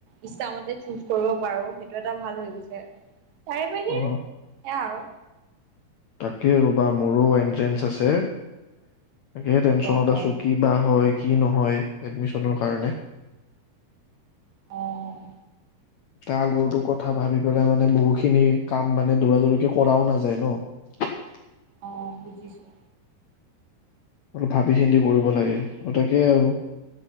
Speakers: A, on the right (about 65°); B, on the left (about 70°).
A: ইষ্টামতে চুচ কৰিব পাৰো, সেইটো এটা ভাল হৈ গৈছে। তাৰে বাহিৰে
B: অ
A: এয়া আৰু
B: এ! ৰৱা মোৰো এন্ট্ৰেন্ঞ্চ আছে। তাকে টেনশচনত
A: অ অ
B: আছো কি বা হয় কি নহয়? এডমিশনৰ কাৰণে
A: অ',
B: তাৰ আগৰটো কথা ভাবি পেলাই মানে বহুখিনি কাম মানে দৌৰা দৌৰিকে কৰাও নাযায় ন।
A: অ', বুজিছো।
B: ভাবি চিন্তি কৰিব লাগে আৰু তাকে আৰু